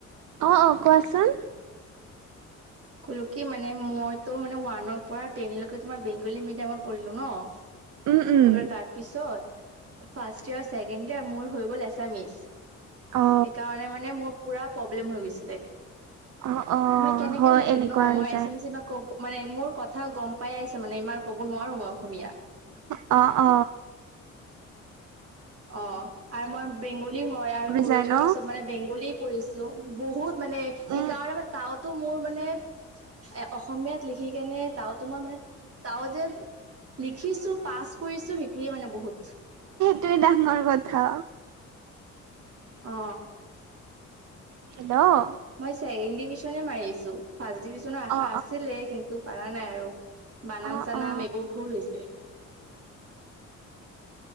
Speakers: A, on the right (about 75°); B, on the right (about 50°).
A: অ অ কোৱাচোন
B: কলো কি মানে মইতো মানে ওৱানৰ পৰা টেনলৈকে তোমাৰ বেংগলী মিডিয়ামত পঢ়িলো ন উ <unintelligible>
A: উম উম
B: পোৰা তাৰ পিছত ফাৰ্ষ্ট ইয়েৰ ছেকেণ্ড ইয়েৰ মোৰ হৈ গ'ল এছামিচ।
A: অ
B: সেইকাৰণে মানে মোৰ পোৰা প্ৰব্লেম হৈ গৈছিলে।
A: অ অ
B: মই কেনেকে
A: হয়
B: লিখিম
A: এনেকুৱা
B: ন মই
A: ৰিজাল্ট
B: এছামিছ ক'ব মানে মোৰ কথা গম পাই আছে মানে ইমান ক'ব নোৱাৰো মই অসমীয়া
A: অ অ
B: অ আৰু মই বেংগলী হয় আৰু সৰু
A: যায়
B: পৰা
A: ন
B: চব মানে বেংগলী পঢ়িছো বহুত মানে এইকাৰণে
A: উম
B: মান তাৱতো মোৰ মানে এ অসমীয়াত লিখি কেনে তও তো মাৰ মানে তাও যে লিখিছো পাছ কৰিছো সেইটোৱে মানে বহুত।
A: <unintelligible> ডাঙৰ কথা
B: অ
A: হেল্ল'
B: মই ছেকেণ্ড ডিভিশনে মাৰিছো ফাৰ্ষ্ট ডিভিশনৰ আশা
A: অ অ
B: আছিলে কিন্তু পাৰা নাই আৰু। বানাম
A: অ
B: চানাম
A: অ
B: এইবোৰ ভুল হৈছে।